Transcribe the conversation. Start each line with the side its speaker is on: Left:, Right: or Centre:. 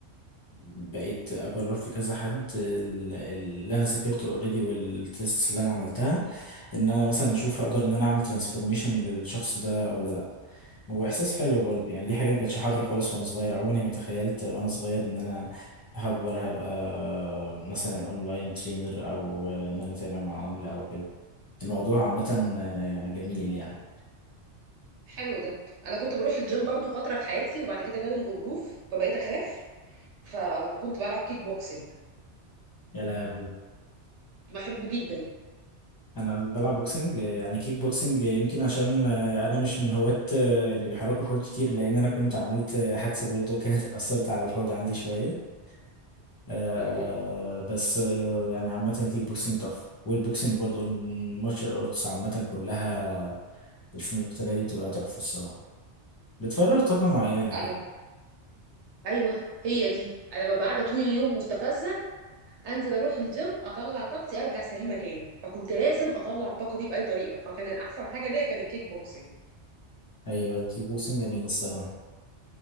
Left: بقيت اجرب في كذا حد ال- اللي انا ذاكرته اوريدي والتيست اللي انا عملتها ان انا مثلا اشوف هقدر ان انا اعمل ترانسفورميشن للشخص ده ولا هو احساس حلو برضه يعني دي حاجه ما كانتش حاضره خالص وانا صغير عمري ما تخيلت وانا صغير ان انا هكبر هبقى مثلا اونلاين ترينر او ان انا اتابع مع عملاء او كده الموضوع عامه آه، جميل يعني
Right: حلو ده انا كنت بروح الجيم برضو فترة في حياتي وبعد كده جالي الغضروف فبقيت اخاف ف... وكنت بلعب كيك بوكسينج
Left: يا لهوي
Right: كنت بحبه جدا
Left: انا بلعب بوكسنج آه، يعني كيك بوكسنج آه، يمكن عشان آه، انا مش من هواة آه، اللي بيحركوا الحوض كتير لان انا كنت عملت آه، حادثه برضه كانت اثرت على الحوض عندي شويه آه
Right: امم
Left: بس آه يعني عامة الكيك بوكسنج تحفة والبوكسنج برضو المارشال ارتس عامة كلها الفنون القتالية دي بتبقى تحفة الصراحة بتفرغ طاقة معينة
Right: انا
Left: كده
Right: ايوه هي دي انا ببقى قاعده طول اليوم مستفزه انزل اروح الجيم اطلع طاقتي ارجع سليمه تاني فكنت لازم اطلع الطاقه دي باي طريقه فكان احسن حاجه ليا كان الكيك بوكسنج
Left: ايوه الكيك بوكسنج جميل الصراحة